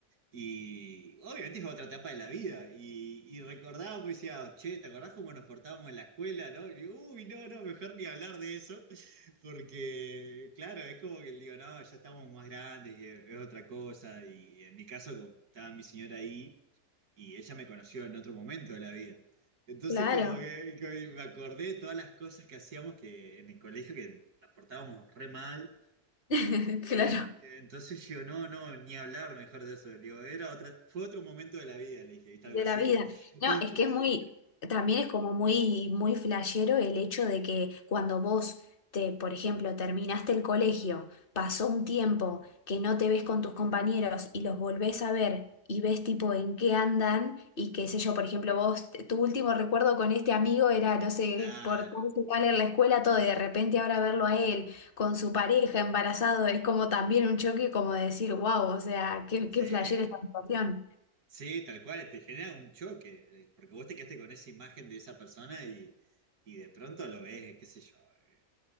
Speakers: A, on the right; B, on the left.
A: Y obviamente es otra etapa de la vida. Y, y recordaba, pues decía, che, ¿te acordás cómo nos portábamos en la escuela, no? Y digo, uy, no, no, mejor ni hablar de eso. <laughs> Porque, claro, es como que digo, no, ya estamos más grandes, y es otra cosa. Y en mi caso, como estaba mi señora ahí y ella me conoció en otro momento de la vida. Entonces,
B: Claro,
A: como que, como que me acordé de todas las cosas que hacíamos que en el colegio que nos portábamos re mal.
B: <laughs>
A: Eh,
B: claro.
A: en- entonces yo, no, no, ni hablar mejor de eso. Le digo, era otra, fue otro momento de la vida, le dije, ¿viste?
B: De
A: Algo así.
B: la vida. No,
A: <laughs>
B: es que es muy, también es como muy, muy flashero el hecho de que cuando vos te, por ejemplo, terminaste el colegio, pasó un tiempo que no te ves con tus compañeros y los volvés a ver y ves tipo en qué andan y qué sé yo, por ejemplo, vos, tu último recuerdo con este amigo era, no sé,
A: Claro,
B: por tal en la escuela todo y de repente ahora verlo a él con su pareja embarazado es como también un choque como de decir, wow, o sea, qué,
A: sí,
B: qué flashera esta situación.
A: sí, tal cual, te genera un choque, eh, porque vos te quedaste con esa imagen de esa persona y, y de pronto lo ves, eh, qué sé yo. eh.